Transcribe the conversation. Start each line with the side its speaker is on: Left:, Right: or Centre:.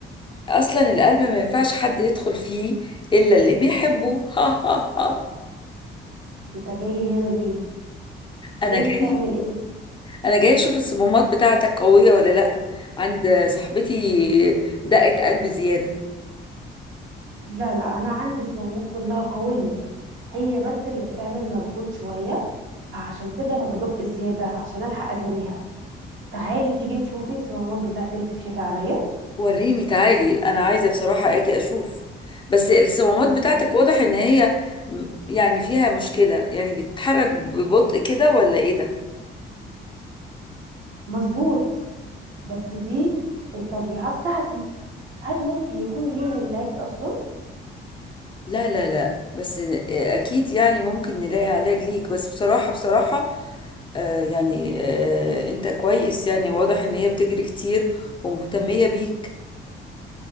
Left: اصلا القلب ما ينفعش حد يدخل فيه الا اللي بيحبه <laughs> ها ها ها
Right: انت جاي هنا ليه
Left: انا
Right: جاي
Left: جاي
Right: تعمل ايه
Left: انا جاي اشوف الصمامات بتاعتك قوية ولا لا عند صاحبتي دقة قلب زيادة
Right: لا لا انا عندي صمامات كلها قويه هي بس اللي بتعمل مجهود شويه فعشان كده انا بدق زياده عشان الحق اجريها تعالي تيجي تشوفي الصمامات بتاعتي وتكشفي عليا
Left: وريني تعالي انا عايزه بصراحه اجي اشوف بس الصمامات بتاعتك
Right: اه
Left: واضح ان هي م- يعني فيها مشكله يعني بتتحرك ببطء كده ولا ايه ده
Right: مظبوط بس دي الطبيعه بتاعتي هل ممكن يكون ليه علاج اصلا
Left: لا لا لا بس ن- آه، اكيد يعني ممكن نلاقي علاج ليك بس بصراحه بصراحه آه يعني آه انت كويس يعني واضح ان هي بتجري كتير ومهتميه بيك